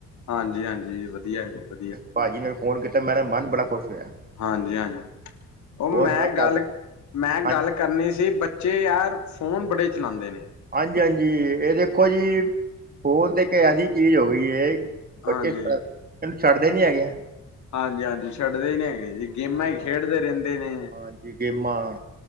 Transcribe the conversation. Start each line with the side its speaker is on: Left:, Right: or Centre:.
Left: ਹਾਂਜੀ-ਹਾਂਜੀ, ਵਧੀਆ ਏ ਵਧੀਆ।
Right: ਭਾਜੀ ਨੇ ਮੈਨੂੰ ਫੋਨ ਕੀਤਾ ਮੇਰਾ ਮਨ ਬੜਾ ਖੁਸ਼ ਹੋਇਆ।
Left: ਹਾਂਜੀ-ਹਾਂਜੀ ਉਹ ਮੈਂ
Right: ਹੋਰ ਸੁਣਾ ਘਰ
Left: ਗੱਲ-ਮੈਂ
Right: ਪ ਹਾਂਜੀ
Left: ਗੱਲ ਕਰਨੀ ਸੀ ਬੱਚੇ ਯਾਰ ਫੋਨ ਬੜੇ ਚਲਾਉਂਦੇ ਨੇ।
Right: ਹਾਂਜੀ-ਹਾਂਜੀ, ਇਹ ਦੇਖੋ ਜੀ ਫੋਨ ਤੇ ਇੱਕ ਐਸੀ ਚੀਜ਼ ਹੋ ਗਈ ਏ। ਬੱਚੇ,
Left: ਹਾਂਜੀ
Right: ਇਨੂੰ ਛੱਡਦੇ ਨੀ ਹੈਗੇ।
Left: ਹਾਂਜੀ ਹਾਂਜੀ ਛੱਡਦੇ ਨੀ ਹੈਗੇ ਜੀ। ਗੇਮਾਂ
Right: ਹਾਂ
Left: ਹੀ ਖੇਡਦੇ ਰਹਿੰਦੇ ਨੇ,
Right: ਹਾਂਜੀ ਗੇਮਾਂ